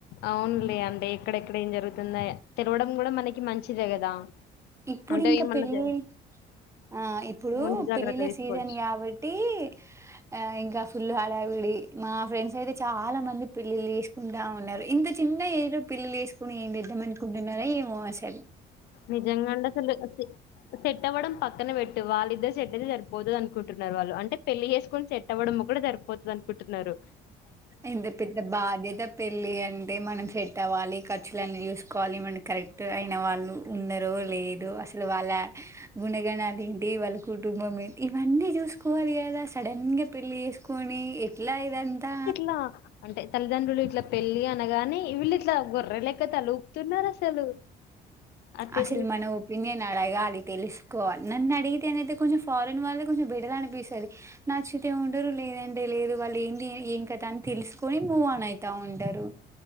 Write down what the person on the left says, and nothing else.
అవునులే అంటే ఎక్కడెక్కడ ఏం జరుగుతుంద తెరవడం కూడా మనకి మంచిదే కదా
అంటే
ఏమన్నా
జ
ముందు జాగ్రత్త
తీసుకోవచ్చు
నిజంగా అండి అసలు సెట్టవడం ప పక్కన వెట్టు వాళ్ళిద్దరు సెట్ అయితే సరిపోతది అనుకుంటున్నారు వాళ్ళు, అంటే పెళ్లి ఏసుకుని సట్ అవ్వడం ఒకటె సరిపోతది అనుకుట్ టున్నారు
ల అంటే తల్లిదండ్రులు ఇట్లా పెళ్ళి అనగానే వీళ్ళు ఇట్లా గొర్ర లెక తల ఊపుతున్నారు అసలు. అట్టెట్లు